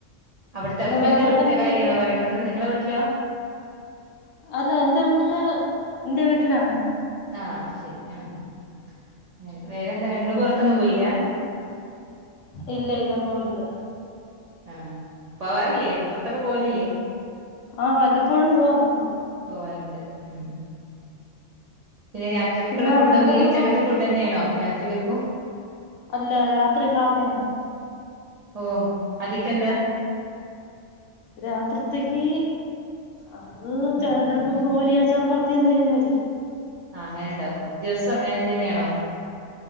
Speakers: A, on the right; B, on the left.
A: അവ്ട്ത്തെ
B: പിന്നെ
A: ഹസ്ബന്റ്‌ന്റെ
B: വേറെന്തൊക്കെയുണ്ട്
A: വീട്ട്ത്തെ കാര്യാണോ പറീണത് നിങ്ങളെ വീട്ട്ലാേ?
B: അല്ല എന്റെ വീട്ട്ല് ന്റെ വീട്ട്ലാണ്
A: ആഹ് അത് ശെരി ആഹ് ഉം അങ്ങെനെ വേറെന്താ നിങ്ങെള് പൊറത്തൊന്നും പോയില്ലാ
B: ഇല്ല ഇല്ല പോയില്ല
A: ആഹ് പോവാറില്ലേ പൊറത്തൊക്കെ പോവലില്ലേ?
B: ആഹ് വല്ലപ്പോഴും പോവാറുണ്ട്
A: പോവാറ്ണ്ട് ഉം പിന്നെ രാത്രികക്ക്ള്ളെ
B: പിന്നെ
A: ഫുഡ്ഡും
B: എന്തൊക്കെ
A: ഈ ഉച്ചെക്കെത്തെ
B: ഫുഡ്
A: ഫുഡ്ഡെന്നേണോ രാത്രികെക്കും
B: അല്ലാ രാത്രി കാപ്പിയാണ്
A: ഓഹ് അതിക്കെന്താ
B: രാത്രിത്തേയ്ക്ക് അത് ചെ ചെലപ്പം പൂരിയാേ ചപ്പാത്ത്യോ എന്തേലും ആയിരിക്കും
A: ആഹ് അങ്ങെനെ ഇണ്ടാക്കും ദിവ്സം അങ്ങെനെ തന്നേണോ?